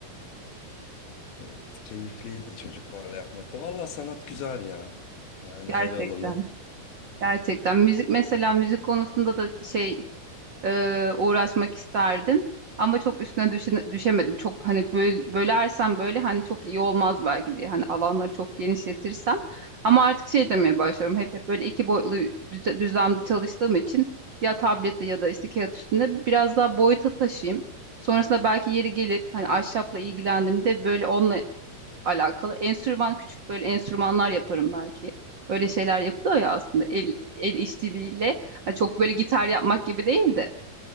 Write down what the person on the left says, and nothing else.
evet, keyifliydi çocuklarla yapmakta. Valla sanat güzel ya.
Yani
her alanı.